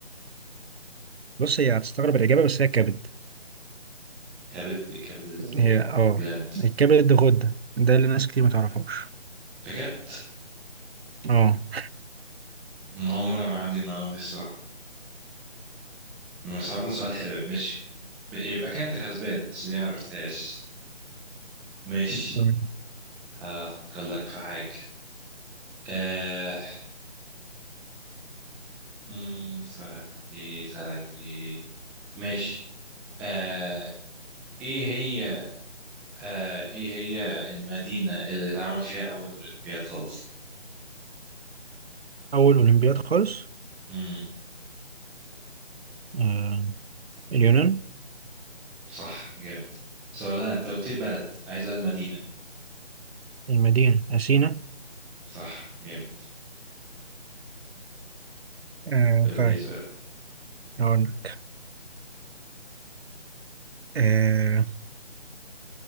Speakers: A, on the right (about 60°); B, in the centre.
A: بص هي هتستغرب الاجابه بس هي الكبد
B: كبد كبد ازاي
A: هي اه
B: بلاند
A: الكبد غده ده اللي ناس كتير ما تعرفوش
B: بجد
A: اه
B: أنا اول مره ما عندي المعلومه دي الصراحه بس عامة سؤال حلو يعني ماشي ب- يبقى كان انت كسبان بس دي ما عرفتهاش ماشي
A: تمام.
B: هفكر لك في حاجه آه... مم، سألك ايه سألك ايه ماشي آه... ايه هي آه ايه هي المدينة اللي اتعمل فيها اول اولمبياد خالص
A: اول اولمبياد خالص
B: امم
A: آه. اليونان
B: صح جامد سؤال لا انت قلت لي بلد عايز بقى المدينة
A: المدينه اثينا
B: صح جامد
A: آه. طيب
B: دي سؤال
A: هقول لك آه.